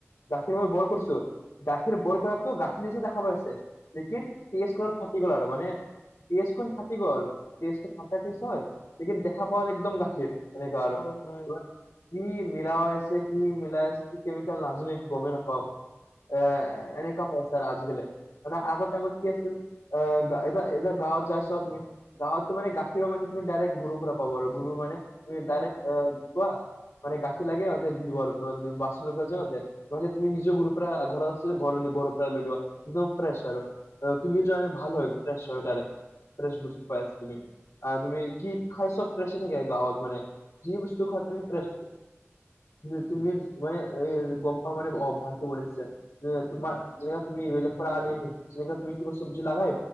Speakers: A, on the left (about 90°); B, on the left (about 50°).
A: গাখীৰ ম‌ই ব‌ইল কৰিছোঁ। গাখীৰ ব‌ইল কৰাটো গাখীৰ নিচ দেখা পাইছে, লেকিন তেজ কৰাত ফাটি গ'ল আৰু মানে তেচখন ফাটি গ'ল। তেচটো ফা <unintelligible> হ'ল লেকিন দেখা পোৱা যে একদম গাখীৰ তেনেকা আৰু।
B: হয় হয়
A: কি
B: হয়
A: মিলাই আছে, কি মিলাই আছে, কি কেমিকেল নাজানো একো গমেই নাপাওঁ। এ এনেকা হৈছে আজিকালি। মানে আগৰ টাইমত কি আছিল আ এ এতিয়া গাঁৱত যাই চোৱা তুমি গাঁৱতো মানে গা গাখীৰৰ <unintelligible> মানে তুমি ডাইৰেক্ট গুৰুৰ পৰা পাব আৰু গুৰু মানে তুমি
B: হয়
A: ডাইৰেক্ট আহ কোৱা মানে গাখীৰ লাগে সিহঁতে দি দিব আৰু কিমান বাচন পৰা যতে। নহ'লে তুমি নিজৰ গৰুৰ পৰা ঘৰত আছে ঘৰ নি ঘৰৰ পৰাই লৈ লোৱা একদম ফ্ৰেছ আৰু। তুমি যোন ভাল হয় ফ্ৰেছ হৈ ডাইৰেক্ট ফ্ৰেছ বুজি পাই আছা তুমি। আহ তুমি কি খাইছ চব ফ্ৰেছ থাকে গাঁৱত মানে যি বস্তু খোৱা তুমি ফ্ৰেছ
B: হয়
A: <unintelligible> তুমি মানে গম পাৱ মানে অ ভালকে বনাইছা। এ তোমাৰ যেনে তুমি বেলেগ পৰা আনিলোঁ। যেনেকা তুমি কিবা চব্জি লাগাই